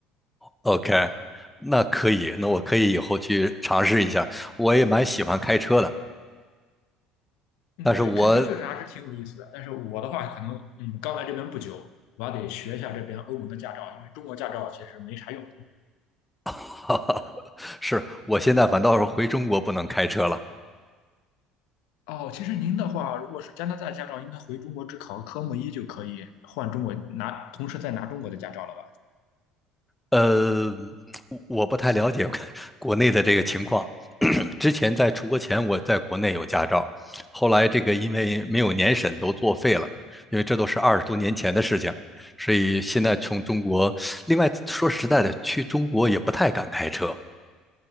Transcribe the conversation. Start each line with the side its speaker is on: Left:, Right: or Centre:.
Centre: ，OK，那可以，那我可以以后去尝试一下。我也蛮喜欢开车的，
Left: 嗯，
Centre: 但是我
Left: 对，开车确实还是挺有意思的。但是我的话，可能嗯，刚来这边不久，我还得学一下这边欧盟的驾照，因为中国驾照其实没啥用。
Centre: <laughs> 哈哈，是我现在反倒是回中国不能开车了。
Left: 哦，其实您的话，如果是加拿大驾照，应该回中国只考个科目一就可以换中国拿，同时再拿中国的驾照了吧？
Centre: 呃，我不太了解国 <laughs> 内的这个情况。<coughs> 之前在出国前，我在国内有驾照，后来这个因为没有年审都作废了，因为这都是二十多年前的事情，所以现在从中国，另外说实在的，去中国也不太敢开车，